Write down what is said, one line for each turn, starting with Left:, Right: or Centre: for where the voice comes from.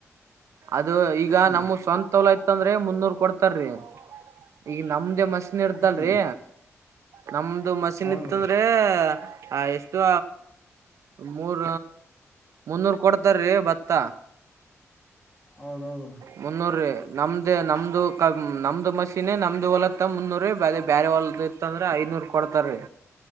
Right: ಅದು ಈಗ
Left: ಹ್ಮ್
Right: ನಮ್ಮ ಸ್ವಂತ ತೋಲ ಆಯತ್ಂದ್ರೆ ಮುನ್ನೂರ್ ಕೊಡ್ತಾರಿ ಈಗ ನಮ್ದೇ ಮಸನ್ ಇರ್ತಲ್ರಿ
Left: ಹ್ಮ್
Right: ನಮ್ದು ಮಸಿನ್
Left: ಹೌದ್ರಿ
Right: ಇತ್ತಂದ್ರೆ ಆ ಎಷ್ಟು ಮೂರ ಮುನ್ನೂರ್ ಕೊಡ್ತಾರೀ ಭತ್ತ
Left: ಹೌದ ಹೌದು
Right: ಮುನ್ನೂರೀ ನಮ್ದ ನಮ್ದು ಕ ನಮ್ದು ಮಶೀನ್ ನಮ್ದು ಹೊಲತ್ತ ಮುನ್ನೂರೀ ಬ ಬೇರೆ ಹೊಲ್ದ ಇತ್ತ ಅಂದ್ರ ಐನೂರ್ ಕೊಡ್ತಾರೀ